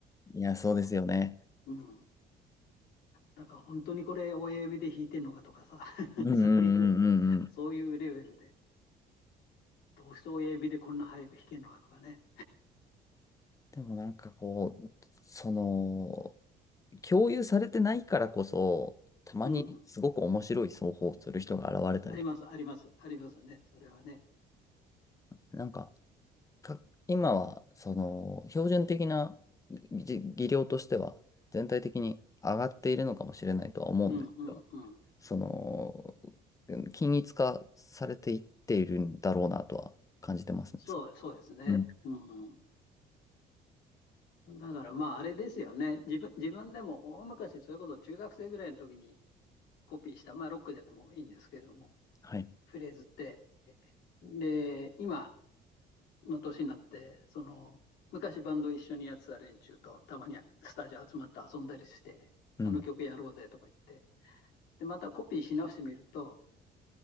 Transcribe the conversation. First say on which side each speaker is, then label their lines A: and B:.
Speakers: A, on the left; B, on the left.
A: いや、そうですよね。
B: うん。だから本当にこれ親指で弾いてんのかとかさ、<laughs>
A: うんうんうんうんうん。
B: そういう、そういうレベルで、どうして親指でこんな早く弾けんのかとかね。
A: でもなんかこう、その、共有されてないからこそ、たまにすごく面白い奏法をする人が現れたりとか、
B: うん。あります、あります、ありますね。それはね。
A: なんか、か、今は、その、標準的な技技量としては、全体的に上がっているのかもしれないとは思うんですけど、
B: うんうんうん。
A: その、うん均一化されていっているんだろうなとは感じてますね。
B: そう、
A: そ
B: そうですね。
A: ううん。
B: うんうん。だからまああれですよね。自分、自分でも大昔、それこそ中学生ぐらいの時にコピーした、まあロックでもいいんですけども、
A: はい。
B: フレーズって。で、今の年になって、その、昔バンド一緒にやってた連中とたまにスタジオ集まって遊んだりして、
A: うん。
B: あの曲やろうぜとか言って、で、またコピーし直してみると、